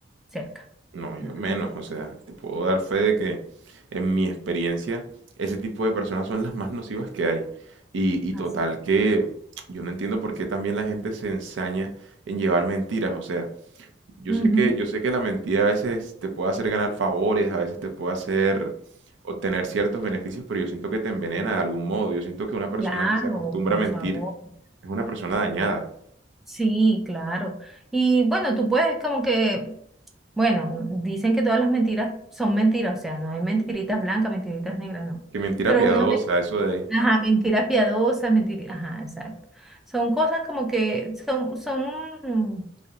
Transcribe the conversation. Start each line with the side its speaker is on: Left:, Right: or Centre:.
Centre: cerca.
Right: No, yo
Centre: No.
Right: menos, o sea, te puedo dar fe de que en mi experiencia ese tipo de personas son las más nocivas que hay. Y, y
Centre: Así
Right: total
Centre: es.
Right: que yo no entiendo por qué también la gente se ensaña en llevar mentiras, o sea, yo sé
Centre: Ujú,
Right: que yo sé que la mentira a veces te puede hacer ganar favores, a veces te puede hacer obtener ciertos beneficios, pero yo siento que te envenena de algún modo. Yo siento que una persona
Centre: Claro,
Right: que se acostumbra
Centre: por
Right: a mentir
Centre: favor.
Right: es una persona dañada.
Centre: Sí, claro. Y bueno, tú puedes como que, bueno, dicen que todas las mentiras son mentiras, o sea, no hay mentiritas blancas, mentiritas negras, no.
Right: Que mentira
Centre: Pero
Right: piadosa,
Centre: una vez
Right: eso de ahí.
Centre: Ajá, mentiras piadosas, mentiras, ajá, exacto. Son cosas como que son, son